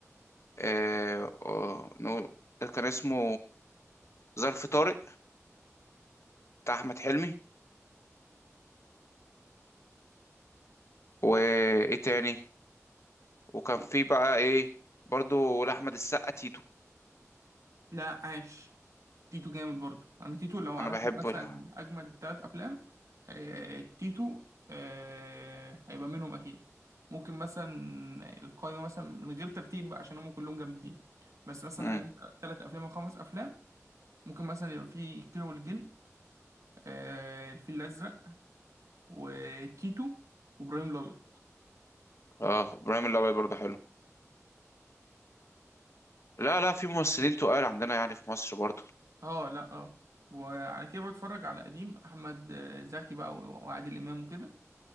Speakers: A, on the left (about 60°); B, on the right (about 80°).
A: إيه آه، نقول كان اسمه ظرف طارق بتاع احمد حلمي وايه تاني وكان في بقى ايه برضو لأحمد السقا تيتو
B: لا عاش تيتو جامد برضو انا تيتو لو هرتب
A: انا بحبه
B: مثلا
A: ده
B: اجمد ثلاث افلام آه، تيتو آه، هيبقى منهم اكيد ممكن مثلا القائمه مثلا من غير ترتيب بقى عشان هم كلهم جامدين بس مثلا
A: امم
B: اجمد ثلاث افلام او خمس افلام ممكن مثلا يبقى في كيرة والجن آه، الفيل الازرق وتيتو وابراهيم الابيض
A: اه ابراهيم الابيض برضو حلو لا لا في ممثلين تقال عندنا يعني في مصر برضو
B: اه لا اه وعلى كده بتفرج على قديم احمد آه، زكي بقى وعادل امام وكده